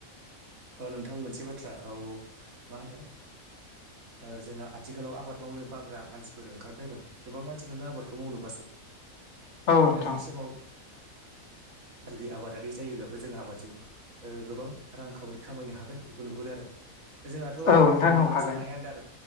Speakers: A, on the right (about 75°); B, on the left (about 55°).
A: ओ नोंथां मोनसे बाथ्रा औ मा होनो ओ जोंना आथिखालाव आबाद मावनो बाग्रा मानसिफोर ओंखारबाय आरो गोबां मानसिफोरानो आबादखौ मावनो बासै
B: औ नोंथां
A: दा बे समाव जुदि आबादारि जायोब्लाबो जोङो आबादजों ओ गोबां रांखावरि खामायनो हागोन बेखौ नुहुरो आरो जोंहाथ' ओ
B: औ नोंथां औ हागोन
A: जानाय आदार